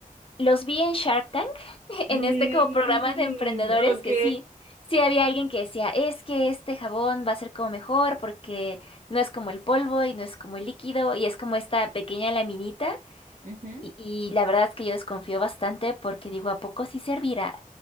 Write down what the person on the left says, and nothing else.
Los vi en Shark Tank, <laughs> en
este como programa de emprendedores
que sí, sí había alguien que decía, es que este jabón va a ser como mejor porque no es como el polvo y no es como el líquido y es como esta pequeña laminita.
Y, y la verdad es que yo desconfío bastante porque digo, ¿a poco sí servirá?